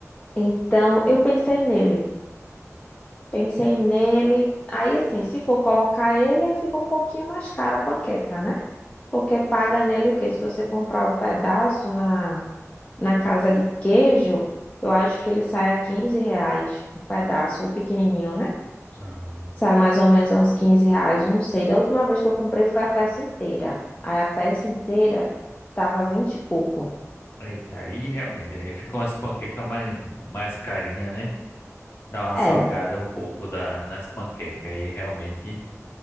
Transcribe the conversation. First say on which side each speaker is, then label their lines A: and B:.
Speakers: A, on the left; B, on the left.
A: Então, eu pensei nele. Pensei nele. Aí, assim, se for colocar ele, aí fica um pouquinho mais cara a panqueca, né? Porque paga nele o quê? Se você comprar um pedaço na, na casa de queijo, eu acho que ele sai a 15 reais o pedaço, o pequenininho, né?
B: Ah.
A: Sai mais ou menos a uns 15 reais, não sei. Da última vez que eu comprei foi a peça inteira. Aí a peça inteira tava 20 e pouco.
B: Eita, aí realmente, aí ficam as panquecas mais, mais carinha, né? Dá uma salgada
A: É,
B: um pouco da, nas panquecas, aí realmente